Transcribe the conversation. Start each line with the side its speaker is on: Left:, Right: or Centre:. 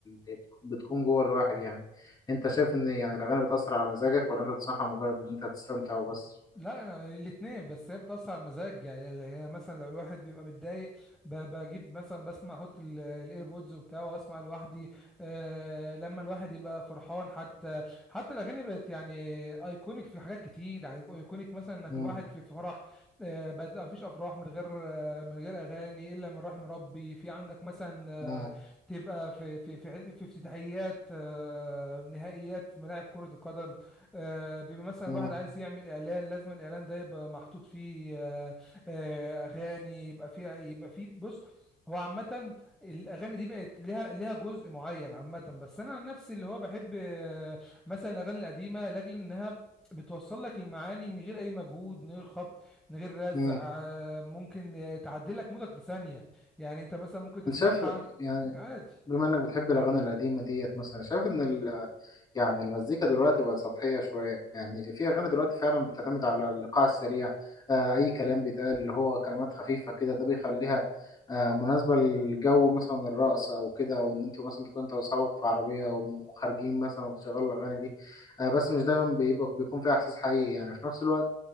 Left: اللي بتكون جوه الواحد يعني أنت شايف إن يعني الأغاني بتأثر على مزاجك ولا أنت بتسمعها مجرد إن أنت تستمتع وبس؟
Centre: لا انا الاثنين بس هي بتاثر على المزاج يعني اللي هي مثلا لو الواحد بيبقى متضايق ب- بجيب مثلا بسمع احط ال- الايربودز وبتاعه واسمع لوحدي آه لما الواحد يبقى فرحان حتى حتى الاغاني بقت يعني ايكونيك في حاجات كتير ايكونيك مثلا انك
Left: مم،
Centre: الواحد في في فرح آه بقت لا مفيش افراح من غير آه من غير اغاني الا من رحم ربي في عندك مثلا آه
Left: مم،
Centre: تبقى في في في في افتتاحيات آه نهائيات في ملاعب كرة القدم آه، بيبقى مثلا
Left: مم،
Centre: الواحد عايز يعمل اعلان لازم الاعلان ده يبقى محطوط فيه آه، آه، اغاني يبقى فيه يبقى فيه بص هو عامة الأغاني دي بقت لها لها جزء معين عامة بس أنا عن نفسي اللي هو بحب آه، مثلا الأغاني القديمة لأجل إنها بتوصل لك المعاني من غير أي مجهود من غير خبط من غير رزع
Left: مم.
Centre: آه، ممكن آه، تعدل لك مودك في ثانية يعني أنت مثلا ممكن تسمعها
Left: انت شايف يعني
Centre: عادي
Left: بما انك بتحب الاغاني القديمه ديت مثلا شايف ان ال يعني المزيكا دلوقتي بقى سطحيه شويه يعني في اغاني دلوقتي فعلا بتعتمد على الايقاع السريع آه اي كلام بيتقال اللي هو كلمات خفيفه كده ده بيخليها آه مناسبه للجو مثلا الرقص او كده او ان انتوا مثلا تكون انت واصحابك في عربيه وخارجين مثلا وبتشغلوا الاغاني دي آه بس مش دايما بيبقى بيكون فيها احساس حقيقي يعني في نفس الوقت